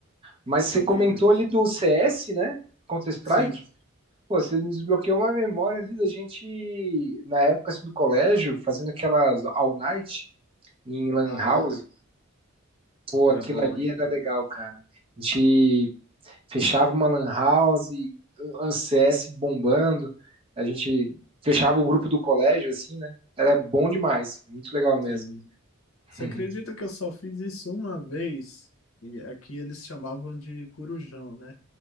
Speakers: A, on the right (about 25°); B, on the left (about 70°).
A: Mas você
B: joguei
A: comentou
B: muito.
A: ali do CS, né? Counter-Strike.
B: Sim.
A: Pô, você me desbloqueou uma memória ali da gente, na época assim, do colégio, fazendo aquelas all night em Lan
B: Ah,
A: House. Pô,
B: era
A: aquilo
B: bom,
A: ali
B: hein?
A: era legal, cara. A gente fechava uma Lan House, um CS bombando. A gente fechava o grupo do colégio, assim, né? Era bom demais, muito legal mesmo.
B: Sim.
A: <laughs>
B: Você acredita que eu só fiz isso uma vez? E aqui eles chamavam de corujão, né?